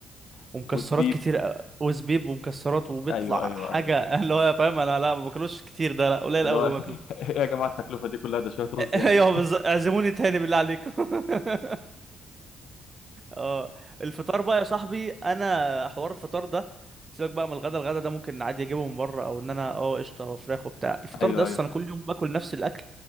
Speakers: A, on the right (about 30°); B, on the left (about 75°).
A: ومكسرات
B: وزبيب
A: كتير أ- وزبيب ومكسرات وبيطلع
B: ايوه ايوه
A: حاجه
B: ايوه
A: <laughs> اللي هو فاهم انا لا ما باكلوش كتير ده لا قليل
B: اللي
A: قوي
B: هو <laughs> ايه يا جماعه التكلفه دي كلها ده شويه
A: <laughs>
B: رز
A: ايوه
B: يعني
A: بالظبط اعزموني تاني بالله عليكم <laughs> اه الفطار بقى يا صاحبي انا حوار الفطار ده سيبك بقى من الغدا الغدا ده ممكن عادي اجيبه من بره او ان انا اه قشطه هو فراخ وبتاع الفطار
B: <laughs> ايوه
A: ده اصلا
B: ايوه
A: انا كل يوم باكل نفس الاكل